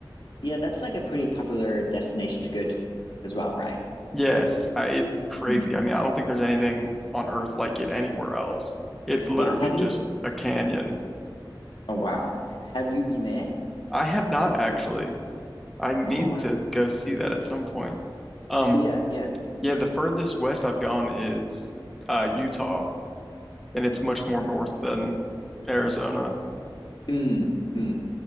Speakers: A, on the left; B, in the centre.
A: yeah, that's like a pretty popular destination to go to as well, right?
B: Yes, I, it's crazy.
A: Mm.
B: I mean, I don't think there's anything on Earth like it anywhere else. It's literally
A: Wow. Have
B: just
A: you
B: a canyon.
A: oh wow. H- have you been there?
B: I have not actually. I need
A: Oh wow.
B: to go see that at some point. Um,
A: Yeah, yeah.
B: yeah, the furthest west I've gone is uh, Utah, and it's much more north than Arizona.
A: Mm, mm,